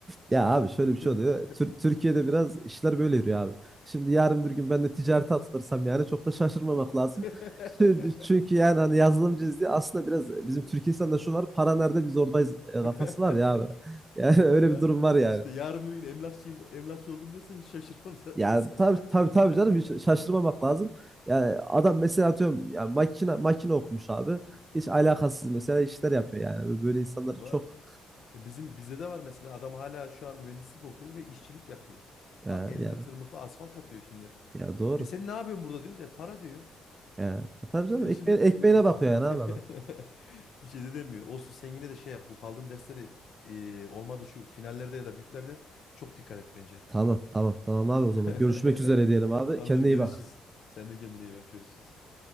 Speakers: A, on the right; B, on the left.
A: Ya abi şöyle
B: <laughs>
A: bir şey oluyor. Tür- Türkiye'de biraz işler böyle yürüyor abi. Şimdi
B: Evet.
A: yarın bir gün ben de ticarete atılırsam yani çok da şaşırmamak lazım.
B: <laughs>
A: Çünkü çünkü yani hani yazılımcıyız diye aslında
B: Evet.
A: biraz bizim Türk insanında şu var. Para nerede biz oradayız e, kafası
B: <laughs>
A: var ya abi. Yani <laughs> öyle
B: Ya
A: bir durum var yani.
B: işte yarın bir gün emlakçıyım, emlakçı oldum dersen hiç şaşırmam zaten
A: Ya
B: sana.
A: tabii tabii tabii canım
B: <laughs>
A: hiç şaşırmamak lazım. Yani adam mesela atıyorum ya makine makine okumuş abi. Hiç alakasız mesela işler yapıyor yani. Böyle insanları
B: Bir Var.
A: çok
B: E bizim bizde de var mesela adam hala şu an mühendislik okuyor ve işçilik yapıyor.
A: e,
B: A- Elinde
A: yani
B: tırmıkla asfalt atıyor şimdi.
A: ya doğru.
B: E sen ne yapıyorsun burada diyoruz. E para diyor.
A: Yani. Tabii canım
B: E,
A: ekmeğine,
B: şimdi
A: ekmeğine
B: de-
A: bakıyor yani abi
B: e,
A: adam.
B: <laughs> bir şey de demiyor. Olsun sen yine de şey yap. Bu kaldığın derslere e, olmadı şu finallerde ya da bütlerde çok dikkat et bence.
A: Tamam tamam tamam abi o
B: <laughs>
A: zaman. Görüşmek üzere diyelim abi.
B: Tamamdır
A: Kendine
B: görüşürüz.
A: iyi bak.
B: Sen de kendine iyi bak görüşürüz.